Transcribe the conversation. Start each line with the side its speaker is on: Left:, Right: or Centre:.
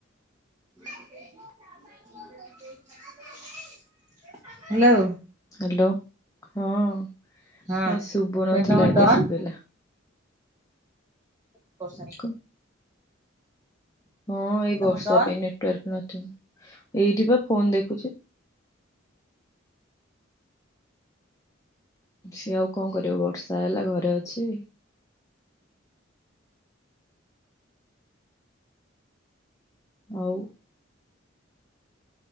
Right: <unintelligible> ହାଲୋ।
Left: ହ୍ୟାଲୋ। ହଁ
Right: ହଁ-
Left: ଏ ଶୁଭୁ ନଥିଲା
Right: କାଇଁ ତମ
Left: ଏବେ
Right: ଡନ୍।
Left: ଶୁଭିଲା।
Right: <unintelligible>
Left: କ- ହଁ
Right: କହିଲି
Left: ଏଇ ବର୍ଷା
Right: ତମ ଡନ୍
Left: ପାଇଁ ନେଟୱାର୍କ ନଥିବ। ଏଇଠି ବା ଫୋନ୍ ଦେଖୁଚି। ସିଏ ଆଉ କଣ କରିବ ବର୍ଷା ହେଲା ଘରେ ଅଛି। ହଉ।